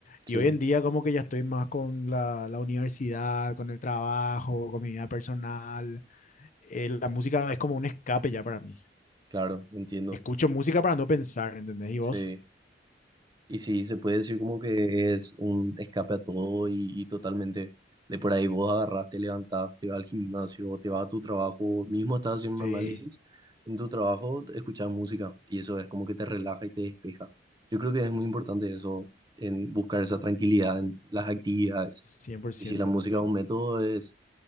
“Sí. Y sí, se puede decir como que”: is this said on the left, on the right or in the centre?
Right